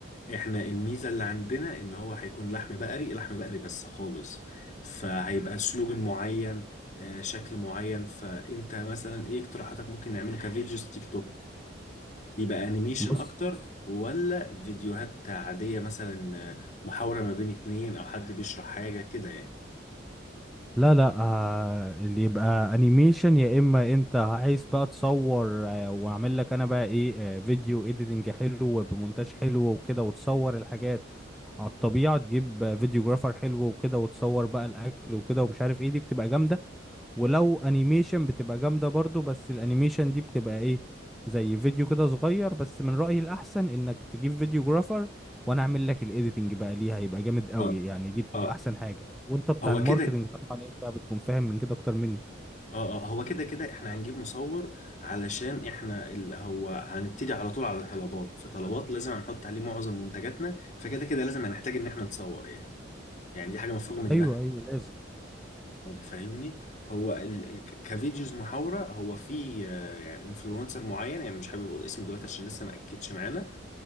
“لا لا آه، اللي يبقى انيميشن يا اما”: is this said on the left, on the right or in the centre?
Centre